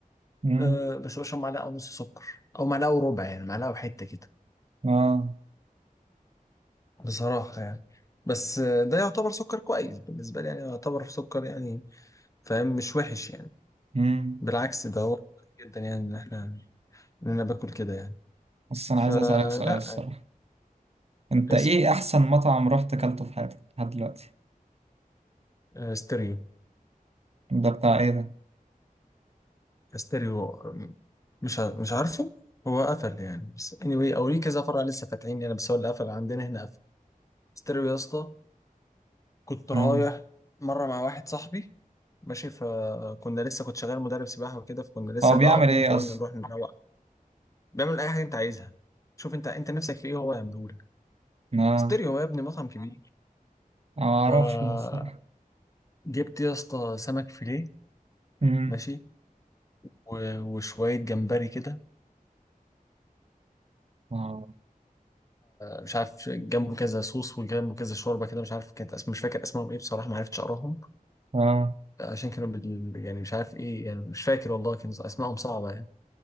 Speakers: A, on the right; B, on the left.
A: امم
B: أه بس بشرب معلقه ونص سكر او معلقه وربع يعني معلقه وحته كده
A: اه
B: بصراحه يعني بس آه، ده يعتبر سكر كويس بالنسبه لي يعني يعتبر سكر يعني فاهم مش وحش يعني
A: امم
B: بالعكس ده هو كويس جدا يعني ان احنا ان انا باكل كده يعني
A: بس انا
B: فلا
A: عايز اسألك سؤال الصراحة
B: يعني
A: انت ايه
B: اس-
A: احسن مطعم رحت اكلته في حياتك لحد دلوقتي
B: آه، ستيريو
A: ده بتاع ايه ده
B: ستيريو آه، مش ع- مش عارفه هو قفل يعني بس anyway او ليه كذا فرع لسه فاتحين يعني بس هو اللي قفل عندنا هنا ستيريو يا اسطى كنت رايح
A: اه
B: مره مع واحد صاحبي ماشي فكنا لسه كنت شغال مدرب سباحه وكده فكنا لسه
A: هو بيعمل
B: بقى قاضيين
A: ايه
B: فقلنا
A: اصلا
B: نروح نروق بيعمل اي حاجه انت عايزها شوف انت انت نفسك في ايه هو يعمله لك
A: اه
B: ستيريو يا ابني مطعم كبير
A: ما
B: فجبت
A: اعرفش الصراحه
B: يا اسطى سمك فيليه
A: امم
B: ماشي و- وشويه جمبري كده
A: اه
B: مش عارف جنبه كذا صوص وجنبه كذا شوربه كده مش عارف كانت اسم مش فاكر اسمهم ايه بصراحه ما عرفتش اقراهم
A: اه
B: عشان كانوا بال... يعني مش عارف ايه يعني مش فاكر والله كان اسمائهم صعبه يعني